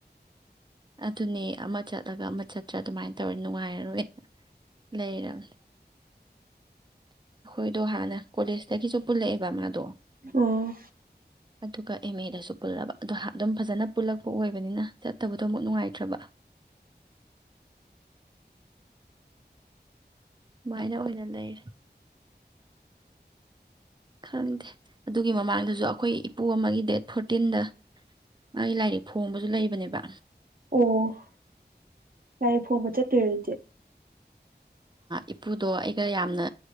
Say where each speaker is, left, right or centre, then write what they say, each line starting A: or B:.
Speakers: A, on the right; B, on the right.
A: ꯑꯗꯨꯅꯦ ꯑꯃ ꯆꯠꯂꯒ ꯑꯃ ꯆꯠꯇ꯭ꯔꯥ ꯑꯗꯨꯃꯥꯏꯅ ꯇꯧꯔ ꯅꯨꯡꯉꯥꯏꯔꯔꯣꯏꯅ ꯂꯩꯔ ꯑꯩꯈꯣꯏꯗꯣ ꯍꯥꯟꯅ ꯀꯣꯂꯦꯖꯇꯒꯤꯁꯨ ꯄꯨꯜꯂꯛꯑꯦꯕ ꯃꯥꯗꯣ
B: ꯑꯥ
A: ꯑꯗꯨꯒ ꯑꯦꯝ ꯑꯦꯗꯁꯨ ꯄꯨꯜꯂꯕ ꯑꯗꯣ ꯑꯗꯨꯝ ꯐꯖꯅ ꯄꯨꯜꯂꯛꯄ ꯑꯣꯏꯕꯅꯤꯅ ꯆꯠꯇꯕꯗꯣ ꯑꯃꯨꯛ ꯅꯨꯡꯉꯥꯏꯇ꯭ꯔꯕ ꯁꯨꯃꯥꯏꯅ ꯑꯣꯏꯅ ꯂꯩꯔ ꯈꯪꯗꯦ ꯑꯗꯨꯒꯤ ꯃꯃꯥꯡꯗꯁꯨ ꯑꯩꯈꯣꯏ ꯏꯄꯨ ꯑꯃꯒꯤ ꯗꯦꯠ ꯐꯣꯔꯇꯤꯟꯗ ꯃꯥꯒꯤ ꯂꯥꯏꯔꯤꯛ ꯐꯣꯡꯕꯁꯨ ꯂꯩꯕꯅꯦꯕ
B: ꯑꯣ ꯂꯔꯤ ꯐꯣꯡꯕ ꯆꯠꯇꯣꯏ ꯑꯗꯨꯗꯤ
A: ꯏꯄꯨꯗꯣ ꯑꯩꯒ ꯌꯥꯝꯅ